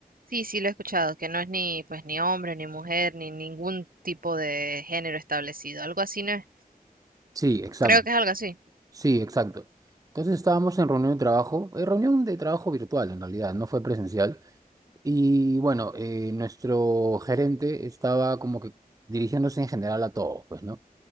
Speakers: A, on the right; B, on the right.
A: Sí, sí lo he escuchado, que no es ni pues ni hombre, ni mujer, ni ningún tipo de género establecido. Algo así no es.
B: Sí, exacto.
A: Creo que es algo así.
B: Sí, exacto. Entonces estábamos en reunión de trabajo, eh, reunión de trabajo virtual en realidad, no fue presencial. Y bueno, eh, nuestro gerente estaba como que dirigiéndose en general a todos, pues, ¿no?